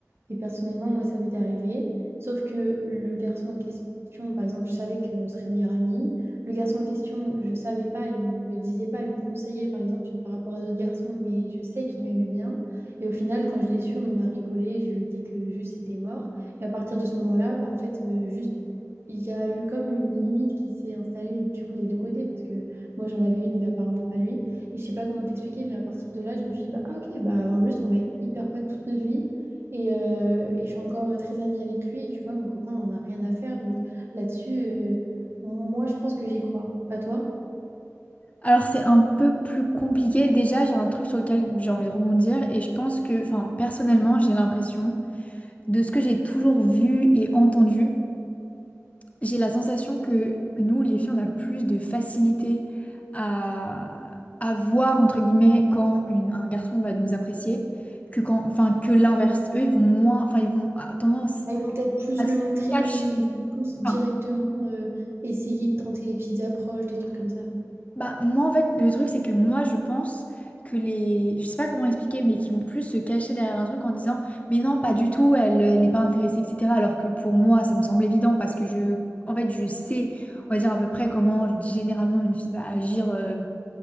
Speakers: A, on the right (about 50°); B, on the left (about 25°).
A: Et personnellement, moi, ça m'était arrivé. Sauf que le garçon en question, par exemple, je savais qu'on serait meilleurs amis. Le garçon en question, je savais pas, il me disait pas, il me conseillait, par exemple, sur- par rapport à d'autres garçons, mais je sais qu'il m'aimait bien. Et au final, quand je l'ai su, on en a rigolé. Je lui ai dit que juste c'était mort. Et à partir de ce moment-là, bah, en fait, euh, juste, il y a eu comme une limite qui s'est installée du coup des deux côtés, parce que moi, j'en avais une, mais apparemment pas lui. Et je sais pas comment t'expliquer, mais à partir de là, je me suis dit, bah, ah, ok, bah, juste, on va être hyper potes toute notre vie. Et, euh, et je suis encore euh, très amie avec lui. Et tu vois, mon copain, on n'a rien à faire. Donc là-dessus, euh, moi, je pense que j'y crois. Pas toi?
B: Alors, c'est un peu plus compliqué. Déjà, j'ai un truc sur lequel j'ai envie de rebondir et je pense que, enfin, personnellement, j'ai l'impression, de ce que j'ai toujours vu et entendu, J'ai la sensation que nous, les filles, on a plus de facilité à, à voir, entre guillemets, quand une- un garçon va nous apprécier, que quand, enfin, que l'inverse. Eux, ils vont moins, enfin, ils vont à- tendance
A: Ils vont peut-être plus
B: à se
A: le montrer
B: cacher.
A: et ils vont plus directement
B: Enfin,
A: euh, essayer de tenter des petites approches, des trucs comme ça.
B: bah, moi, en fait, le truc, c'est que moi, je pense que les, je sais pas comment expliquer, mais qui vont plus se cacher derrière un truc en disant, mais non, pas du tout, elle, euh, elle n'est pas intéressée, etc. Alors que pour moi, ça me semble évident parce que je, en fait, je sais, on va dire à peu près comment généralement une fille va agir. euh,